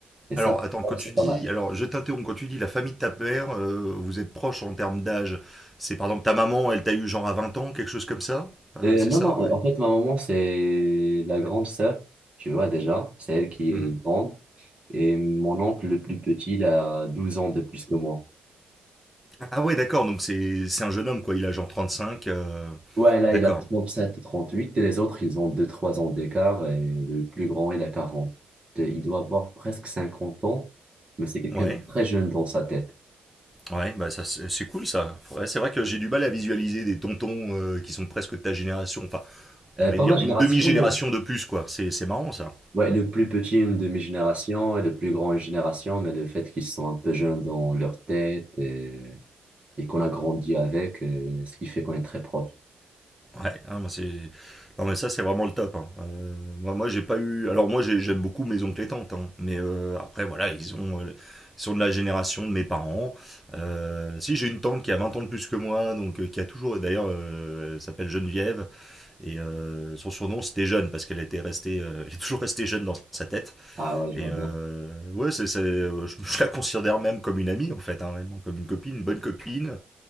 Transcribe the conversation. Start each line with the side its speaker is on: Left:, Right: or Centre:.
Right: Et
Centre: Alors
Right: ça,
Centre: attends, quand tu
Right: c'est
Centre: dis,
Right: pas mal.
Centre: alors je t'interromps, quand tu dis la famille de ta mère, euh, vous êtes proches en termes d'âge. C'est par exemple ta maman, elle t'a eu genre à 20 ans, quelque chose comme ça Euh,
Right: Euh,
Centre: C'est
Right: non,
Centre: ça
Right: non,
Centre: ouais.
Right: en fait, ma maman, c'est la grande sœur, tu vois, déjà. C'est elle qui
Centre: Mhm.
Right: est grande. Et mon oncle, le plus petit, il a 12 ans de plus que moi.
Centre: Ah ouais, d'accord, donc c'est c'est un jeune homme quoi, il a genre 35. euh,
Right: Ouais, là,
Centre: D'accord,
Right: il a trente sept trente huit et les autres, ils ont deux trois ans d'écart et le plus grand, il a quarante Et Il doit avoir presque 50 ans, mais c'est quelqu'un
Centre: ouais.
Right: de très jeune dans sa tête.
Centre: Ouais, bah ça c'est c'est cool ça. Ouais, c'est vrai que j'ai du mal à visualiser des tontons euh, qui sont presque de ta génération, enfin, à
Right: Euh,
Centre: vrai
Right: pas
Centre: dire
Right: ma génération,
Centre: une demi-génération
Right: non.
Centre: de plus quoi. C'est c'est marrant ça.
Right: Ouais, le plus petit, une demi-génération et le plus grand, une génération, mais le fait qu'ils sont un peu jeunes dans leur tête et, et qu'on a grandi avec, euh, ce qui fait qu'on est très proche.
Centre: Ouais, hein, moi, c'est non mais ça c'est vraiment le top. hein. Euh, moi moi j'ai pas eu, alors moi j'ai- j'aime beaucoup mes oncles et tantes, hein. mais euh, après voilà ils ont euh, ils sont de la génération de mes parents. Euh, si j'ai une tante qui a 20 ans de plus que moi, donc euh, qui a toujours, d'ailleurs euh, elle s'appelle Geneviève et euh, son surnom c'était Jeune parce qu'elle était restée, euh, elle est toujours restée jeune dans sa tête.
Right: Ah ouais, je
Centre: Et
Right: vois bien.
Centre: euh, ouais, c'est, c'est, euh, je, je la considère même comme une amie en fait, hein, réellement, comme une copine, une bonne copine.